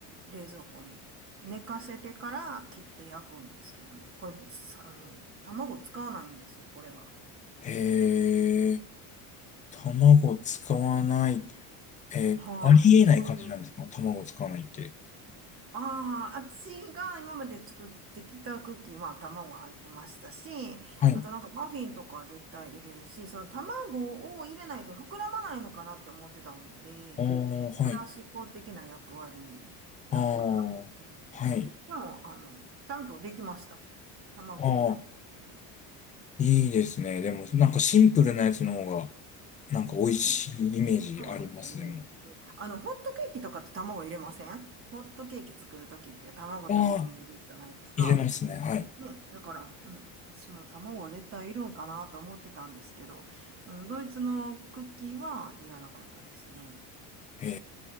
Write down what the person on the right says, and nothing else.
冷蔵庫に寝かせてから切って焼くんですけどね、これ、さあの、卵使わないんですよ、これは。
はい。そういうああ、私が今まで作ってきたクッキーは卵入ってましたし、
あとなんかマフィンとかは絶対入れるし、その卵を入れないと膨らまないのかなって思ってたんで、
膨らし向的な役割なのかなと思ってて。
でも、あの、ちゃんとできました。卵がなくても。
うん、そうですね。
うんあの、ホットケーキとかって卵入れませんホットケーキ作るときって卵と牛乳入れるじゃないですか。
ね、だから、うん、私も卵は絶対いるんかなと思ってたんですけど、そのドイツのクッキーはいらなかったですね。